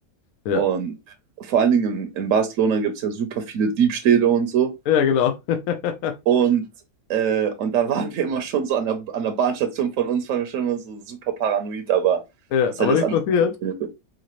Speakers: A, on the left; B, on the right.
A: Ja,
B: Und vor allen Dingen in, in Barcelona gibt es ja super viele Diebstähle und so.
A: ja, genau. <laughs>
B: Und, äh, und dann <laughs> waren wir immer schon so an der, an der Bahnstation von uns, waren wir schon immer so super paranoid, aber
A: Ja,
B: das
A: aber
B: hat jetzt
A: nichts
B: alles
A: passiert.
B: auch funktioniert.